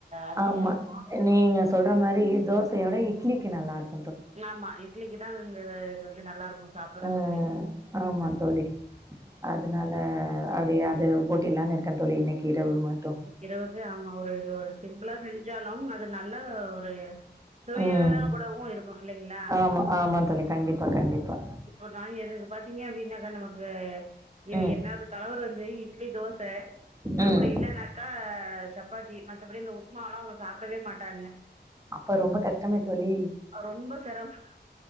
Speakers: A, on the right; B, on the right.
A: அருமியா
B: ஆமா.
A: இருக்கு
B: நீங்க சொல்ற மாரி தோசையோட இட்லிக்கு நல்லார்க்
A: ஆமா இட்லிக்கு தா இது வந்து நல்லா இருக்கு சாப்புட்றதுக்கு
B: ம் ஆமா தோழி அத் அதனால அப்டியே அது ஓட்டிலான்னு இருக்க தோழி இன்னைக்கி இரவு மட்டு
A: இரவந்து ஆமா ஒரு ஒரு சிம்பிளா செஞ்சாலு அது நல்ல ஒரு சுவையானதாவு
B: ம்.
A: கூடவு இருக்கு இல்லைங்ளா
B: ஆமா, ஆமா தோழி. கண்டிப்பா, கண்டிப்பா.
A: ஒருடாங்க எதுக்கு பாத்தீங்க மீனதா நமக்கு இவ
B: ம்,
A: என்னாவது தலவர் வந்து இட்லி தோச அப்டி
B: ம்.
A: இல்லனாக்கா சப்பாத்தி மத்தபடி இந்த உப்புமாலா அவுங்க சாப்பிடவே மாட்டாங்க
B: அப்ற ரொம்ப கஷ்டமே தோழி
A: அவ ரொம்ப செரம்